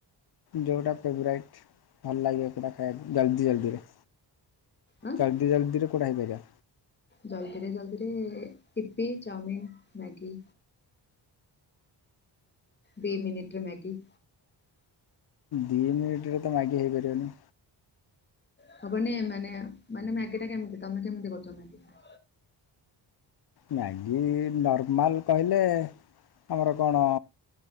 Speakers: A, on the left (about 55°); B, on the left (about 25°).
A: ଯୋଉଟା ଫେବରାଇଟ୍ ଭଲ ଲାଗିବ ସେଇଟା ଖାଇବାକୁ ଜଲ୍ଦି ଜଲ୍ଦିରେ।
B: ଆଁ
A: ଜଲ୍ଦିଦି ଜଲଦିରେ କୋଉଟା ହେଇପାରିବ।
B: ଜଲ୍ଦିରେ ଜଲ୍ଦିରେ ଇପି ଚାଉମିିନ ମ୍ୟାଗି। ଦି ମିନିଟରେ ମ୍ୟାଗି।
A: ଦିଇ ମିନିଟ ରେ ତ ମାଗି ହେଇପାରିବନି।
B: ହବନି ମାନେ ମାନେ ମ୍ୟାଗି ଟା କେମିତି ତମେ କେମିତି କରୁଛ ମ୍ୟାଗି ଟା।
A: ମ୍ୟାଗି ନର୍ମାଲ କହିଲେ ଆମର କଣ।